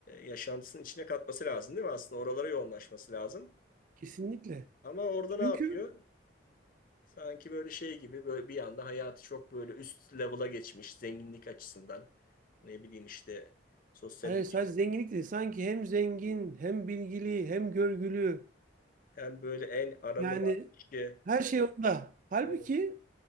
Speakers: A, on the left (about 45°); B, on the right (about 40°).
A: yaşantısının içine katması lazım değil mi? Aslında oralara yoğunlaşması lazım.
B: Kesinlikle.
A: Ama orada
B: Çünkü
A: ne yapıyor? Sanki böyle şey gibi böyle bir anda hayatı çok böyle üst level'a geçmiş zenginlik açısından. Ne bileyim işte sosyal
B: hayır
A: ilişki-
B: sadece zenginlik değil. Sanki hem zengin, hem bilgili, hem görgülü.
A: hem böyle en aranılan
B: Yani
A: kişi
B: her şey onda. Halbuki
A: Evet,